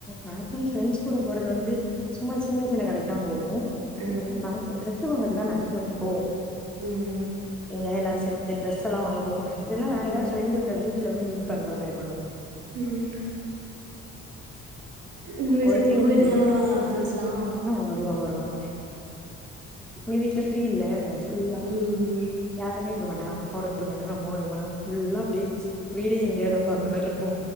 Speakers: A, in the centre; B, on the right.
A: மேக்சிமம் ஃப்ரெண்ட்ஸ் கூட போறது வந்து சும்மா சின்ன சின்ன கடைக்குதா போவோ
B: அ
A: நமக்கு டிரஸ் வங்கறது தா மேக்சிமம் போவோ
B: ம்
A: இங்க எல்லாரு சேந்து டிரஸ் எல்லா வாங்க போவமா இல்லனா வேற
B: ம்
A: ஃப்ரெண்டு இருக்க வீட்ல வந்து மீட் பண்ற மாரி பண்ணுவோ
B: ம் உங்க வீட்டு
A: ஒருத்தி
B: சைடு உங்க
A: உண்டு
B: வீட்டுக்குலா வருவாங்களா ஃப்ரெண்ட்ஸ்லா ம்
A: ஆ வருவாங்க வருவாங்க எங்க வீட்ல ஃப்ரீ இல்ல ஃபுல்
B: ம் ம்
A: யாருமே இருக்க மாட்டாங்க அப்பாவு இருக்க மாட்டாங்க அம்மாவு இருக்க மாட்டாங்க ஃபுல்லா அப்டே வீடே எங் எடம்பு
B: ம்
A: அந்த மார் இருப்போ